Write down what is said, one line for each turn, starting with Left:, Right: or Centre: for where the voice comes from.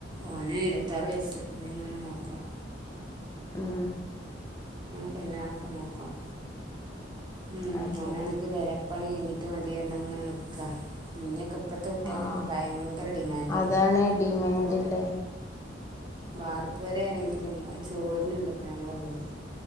Right: ഓന് ഇരുപത്താറ് വയസ്സ് ഇനി ഇങ്ങനെ നോക്കണം
Left: ഉം
Right: കല്യാണം നോക്കണം ഉം
Left: അത് ശരി
Right: ഒനാണക്കിൽ പെ പ്പണി കഴിഞ്ഞിട്ട് മതിപറഞ്ഞങ്ങനെ നിക്കാ ഇഞ്ഞൊക്കെ ഇപ്പോത്തെ കുട്ടിയെക്കൊക്കെ
Left: ആഹ്
Right: ഭയങ്കര ഡിമാൻഡല്ലേ
Left: അതാണ് ഡിമാൻഡല്ലേ
Right: അപ്പോ വാർപ്പ് വരെ ആണെങ്കിലും ആ ചോര്ന്ണ്ട്പ്പ ഞങ്ങടെ വീട്